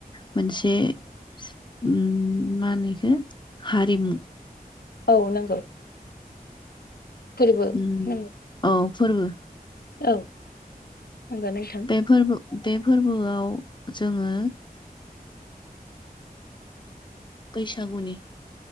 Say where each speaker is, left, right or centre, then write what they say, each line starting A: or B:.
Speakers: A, on the left; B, on the left.
A: मोनसे उम मा होनो बेखौ हारिमु।
B: औ नंगौ। फोरबो
A: उम
B: नंगौ
A: औ फोरबो।
B: औ नंगौ नोंथां।
A: बे फोरबो बे फोरबोआव जोङो बैसागुनि